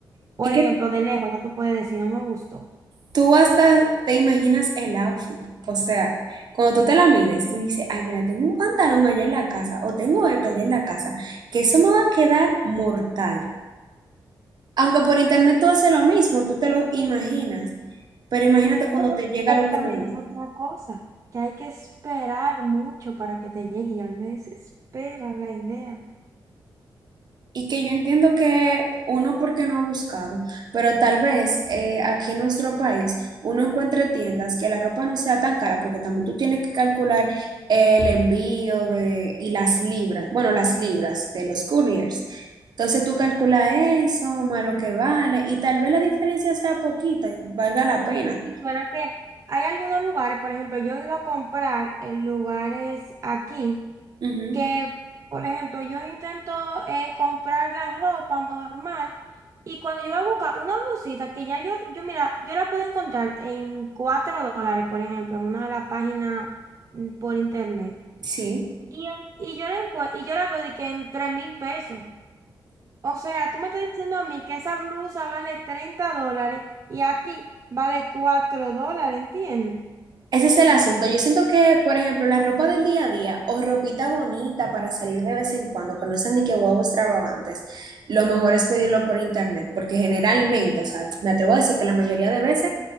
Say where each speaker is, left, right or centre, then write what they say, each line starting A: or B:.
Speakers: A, on the right (about 40°); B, on the right (about 60°).
A: Por
B: Es que
A: ejemplo, de lejos ya tú puedes decir, no me gustó.
B: tú hasta te imaginas el outfit. O sea, cuando tú te la mides, tú dices, ay, mira, tengo un pantalón allá en la casa o tengo esto allá en la casa, que eso me va a quedar mortal. Aunque por internet tú haces lo mismo, tú te lo imaginas, pero imagínate cuando
A: Bueno,
B: te llega
A: pero
B: lo
A: también
B: que no es.
A: es otra cosa, que hay que esperar mucho para que te llegue y a mí me desespera la idea.
B: Y que yo entiendo que uno porque no ha buscado, pero tal vez eh, aquí en nuestro país uno encuentre tiendas que la ropa no sea tan cara, porque también tú tienes que calcular el envío de, y las libras, bueno, las libras de los couriers. Entonces tú calculas eso, más lo que vale, y tal vez la diferencia sea poquita y valga la pena.
A: si fuera que hay algunos lugares, por ejemplo, yo he ido a comprar en lugares aquí
B: Ujú,
A: que, por ejemplo, yo intento eh, comprar la ropa normal y cuando yo voy a buscar una blusita que ya yo, yo mira, yo la puedo encontrar en 4 dólares, por ejemplo, en una de las páginas mm, por internet.
B: Sí.
A: Y, en- y yo la encue- y yo la veo de que en tres mil pesos. O sea, tú me estás diciendo a mí que esa blusa vale 30 dólares y aquí vale 4 dólares, ¿entiendes?
B: Ese es el asunto. Yo siento que, por ejemplo, la ropa del día a día o ropita bonita para salir de vez en cuando, que no sean ni que guau extravagantes, lo mejor es pedirlo por internet, porque generalmente, o sea, me atrevo a decir que la mayoría de veces